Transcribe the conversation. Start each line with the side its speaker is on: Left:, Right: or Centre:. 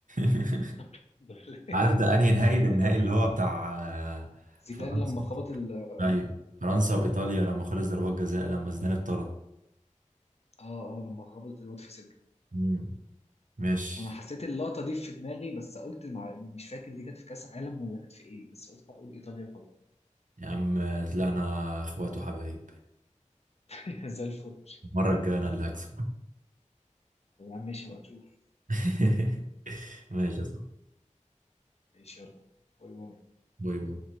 Right: <laughs>
Left: <laughs>
Right: عارف ده انهي نهائي ده النهائي
Left: بت-
Right: اللي هو بتاع آه،
Left: زيدان
Right: فرنسا
Left: لما خبط ال اه
Right: ايوه فرنسا وايطاليا لما خلص ضربات جزاء لما زيدان اتطرد
Left: اه لما خبط الواد في صدره
Right: امم ماشي
Left: وانا حسيت اللقطه دي في دماغي بس قلت مع يعني مش فاكر دي كانت في كاس عالم ولا كانت في ايه بس قلت بقى اقول ايطاليا وخلاص
Right: يا عم طلعنا اخوات وحبايب
Left: <laughs> زي الفل
Right: المرة الجاية انا اللي هكسب
Left: طب يا عم ماشي بقى نشوف
Right: <laughs> ماشي يا صاحبي
Left: ماشي يلا باي باي
Right: باي باي